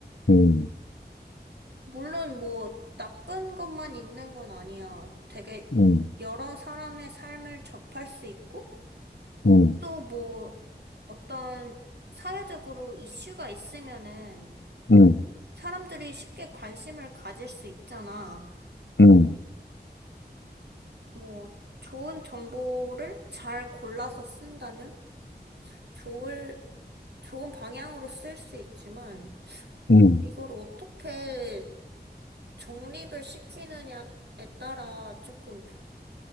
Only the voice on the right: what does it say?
물론 뭐 나쁜 것만 있는 건 아니야. 되게
여러 사람의 삶을 접할 수 있고
또 뭐 어떤 사회적으로 이슈가 있으면은
사람들이 쉽게 관심을 가질 수 있잖아.
뭐 좋은 정보를 잘 골라서 쓴다면? 좋을, 좋은 방향으로 쓸 수 있지만,
이걸 어떻게 정립을 시키느냐에 따라 조금